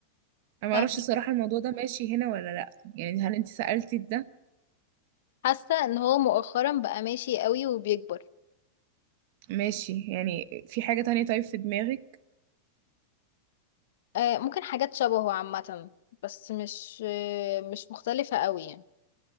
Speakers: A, on the right; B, on the left.
A: انا ما
B: فاهمة
A: اعرفش الصراحه الموضوع ده ماشي هنا ولا لا يعني هل انت سالتي في ده
B: حاسة ان هو مؤخرا بقى ماشي قوي وبيكبر
A: ماشي يعني في حاجه تانية طيب في دماغك
B: آه ممكن حاجات شبهه عامة بس مش آه مش مختلفة قوي يعني